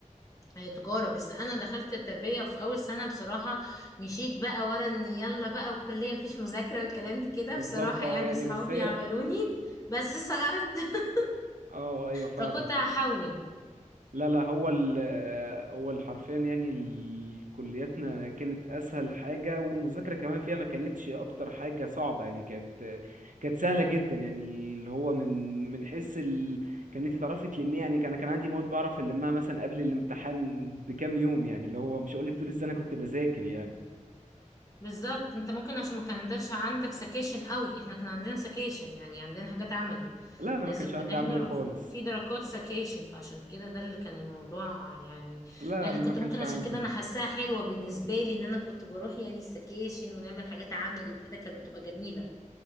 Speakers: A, on the left (about 25°); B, on the right (about 80°).
A: آه، تجارة بس انا دخلت التربية وفي اول سنة بصراحة مشيت بقى ورا ان يلا بقى والكلية مفيش مذاكرة والكلام كده
B: بالظبط
A: بصراحة
B: اه
A: يعني
B: يعني
A: صحابي
B: بس هي
A: عملوني بس سقطت <laughs>
B: اه ايوه فاهم
A: فكنت هحول
B: لا لا هو ال آه، هو ال- حرفيا يعني ال- كلياتنا كانت اسهل حاجه والمذاكره كمان فيها ما كانتش اكتر حاجه صعبه يعني كانت كانت سهله جدا يعني اللي هو من من حيث ال... كان انت تعرفي تلميها يعني كان كان عندي مواد بعرف المها مثلا قبل الامتحان بكام يوم يعني اللي هو مش هقول لك طول السنه كنت بذاكر يعني
A: بالظبط انت ممكن عشان ما كانش عندك سكيشن قوي احنا كان عندنا سكيشن يعني عندنا حاجات عملي
B: لا انا
A: لازم
B: ما كانش عندي
A: بنحضر
B: اعمل ايه خالص
A: وف- في درجات سكيشن فعشان كده ده اللي كان الموضوع يعني
B: لا
A: انا
B: انا
A: كنت
B: ما كانش
A: ممكن عشان
B: عندي
A: كده انا حاساها حلوة بالنسبة لي ان انا كنت بروح يعني السكيشن ونعمل حاجات عملي وكده كانت بتبقى جميلة